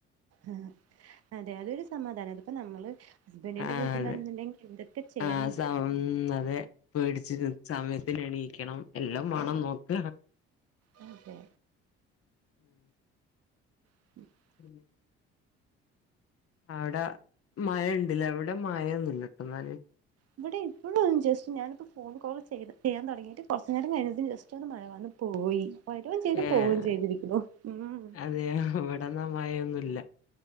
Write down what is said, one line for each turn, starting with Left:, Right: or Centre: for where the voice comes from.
Right: ആഹ് അതെ അതൊരു സമാധാന അതിപ്പോ നമ്മള് ഹസ്ബൻഡിന്റെ
Left: ആഹ്
Right: വീട്ടിലാണെന്നുണ്ടെങ്കിൽ
Left: അതെ
Right: എന്തൊക്കെ ചെയ്യണം
Left: ആഹ് സമം അതെ പേടിച്ചിട്ട് സമയം ത്തിന് എണീക്കണം എല്ലം വേണം നോക്ക
Right: അതെ അതെ
Left: ഉം
Right: <inaudible>
Left: <inaudible> അവിടെ മഴ ഉണ്ട്ല്ലേ ഇവിടെ മഴയൊന്നുല്ലട്ടോ എന്നാല്
Right: ഇവിടെ ഇപ്പോഴും ജെസ്റ്റ് ഞാനിപ്പോ ഫോൺ കോള് ചെയ്ത് ചെയ്യാൻ തുടങ്ങിട്ട് കുറച്ച് നേരം കഴിഞ്ഞതും ജെസ്റ്റ് റ്റോന്ന് മഴ വന്ന് പോയി വരും ചെയ്തു
Left: ഏഹ്
Right: പോവും ചെയ്തിരിക്കുന്നു ഉം
Left: അതെയോ ഇവിടൊന്നും മഴയൊന്നും ഇല്ല